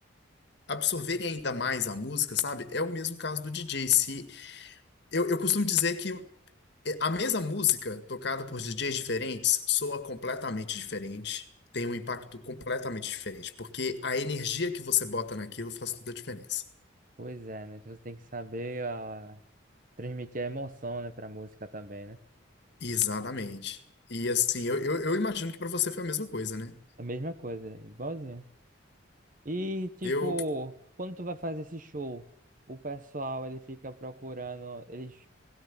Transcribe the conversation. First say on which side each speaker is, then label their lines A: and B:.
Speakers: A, on the left; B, on the right.
A: absorverem ainda mais a música, sabe? É o mesmo caso do DJ. Se eu, eu costumo dizer que é, a mesma música tocada por DJs diferentes soa completamente diferente, tem um impacto completamente diferente, porque a energia que você bota naquilo faz toda a diferença.
B: Pois é, né? Você tem que saber ah, transmitir a emoção, né, pra música também, né?
A: Exatamente. E assim, eu, eu, eu imagino que para você foi a mesma coisa, né?
B: É A mesma coisa, é igualzinho. E, tipo,
A: Eu,
B: quando tu vai fazer esse show, o pessoal, ele fica procurando, eles